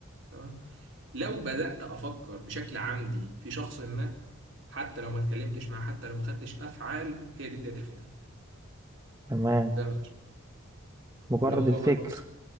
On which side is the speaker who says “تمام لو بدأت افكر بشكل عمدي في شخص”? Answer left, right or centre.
Right